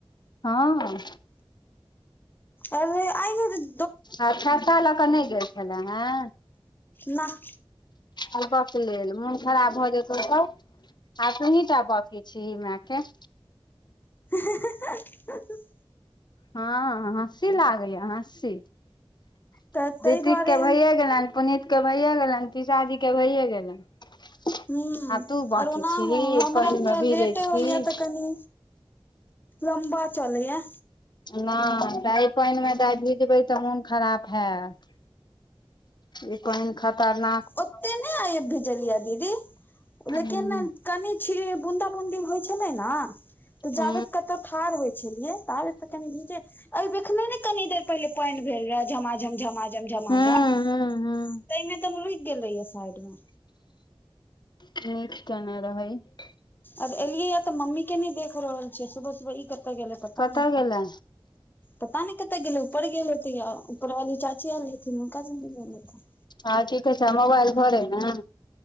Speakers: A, on the left; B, on the left.
A: हँ
B: अरे आइबो गेली
A: आ छाता लऽ कऽ नहि गेल छले हँ
B: नअऽ
A: आ बकलेल मोन खराब भऽ जेतो तऽ आ तोहिटा बाकी छी मैके
B: हे-हे-हे-हेऽ
A: हँ हँसी लागै या हँसी
B: तऽ ताहि
A: रितीक
B: दुआरे
A: के भइये गेलनि पुनीत के भैये गेलनि पीसाजी के भैये गेलनि
B: ह
A: आ तू बाँकी
B: आर ओना
A: छिही
B: हमरा
A: पानिमे भिजै
B: लेटे
A: छिही
B: होइया
A: <inaudible>
B: तऽ कनि लम्बा चलैय
A: नहि दाय पानि मे दाय भिजबै तऽ मोन खराब हैत <inaudible> पानि खतरना
B: ओते नहि आइ भिजलिये दीदी लेकिन
A: हूँ
B: कनि छिये बुन्दा बुन्दी होय छलै न जाबत
A: हूं
B: कतहु ठाढ़ होय छलियै ताबत तऽ कनि भीजे ऐ देखने नै कनि देर पहिले पानि भेलैय झमा झम झमा झम झमा
A: हूं
B: झम
A: हूं हूं
B: तइमे तऽ मुहुकि गेल रहियै साइडमे
A: <unintelligible>
B: अब एलियै य तऽ मम्मी के नहि देख रहल छियै सुबह सुबह इ कतऽ गेलै पता
A: कतऽ
B: नइ
A: गेले
B: पता नहि कतय गेल ऊपर गेल हेतै या ऊपर वाली चाची आयल हेथिन हुनका संगे गेल हेथिन
A: आ ठिके छऽ मोबाइल घर अई ने